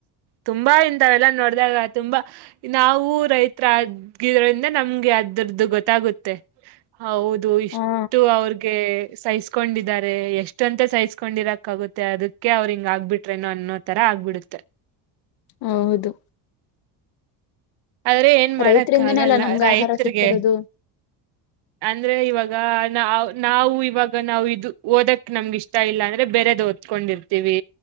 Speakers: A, on the right; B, on the left.
A: ತುಂಬಾ ಇಂತಾವೆಲ್ಲ ನೋಡ್ದಾಗ ತುಂಬಾ ನಾವು ರೈತ ಹಗಿದ್ರಿಂದ ನಮ್ಗೆ ಅದುರ್ದು ಗೊತ್ತಾಗುತ್ತೆ ಹೌದು ಇಷ್ಟು
B: ಹಾ
A: ಅವ್ರಿಗೆ ಸೈಸ್ ಕೊಂಡಿದಿದ್ದಾರೆ ಎಷ್ಟ ಅಂತ ಸಹಿಸಸ್ಕೊಂಡಿರಕ್ ಆಗುತ್ತೆ ಅದಕ್ಕೆ ಅವ್ರರು ಹಿಂಗ ಆಗ್ಬಿಟ್ರೇನೋ ಅನ್ನೋ ತರ ಆಗ್ಬಿಡುತ್ತೆ
B: ಹ ಹೌದು
A: ಆದ್ರೆ ಏನ್ ಮಾಡಕ್ಕ
B: ರೈತರಿಂದನೇ
A: ಆಗಲ್ಲ
B: ಅಲ್ಲ ನಮ್ಗ
A: ರೈತರ್ಗೆ
B: ಆಹಾರ ಸಿಗ್ತಿರೋದು
A: ಅಂದ್ರೆ ಇವಾಗ ನ ನಾವು ಇವಾಗ ನಾವು ಇದು ಓದಕ್ ನಮ್ಗ ಇಷ್ಟ ಇಲ್ಲ ಅಂದ್ರೆ ಬೇರೆದ ಓದ್ಕೊಂಡಿರ್ತೀವಿ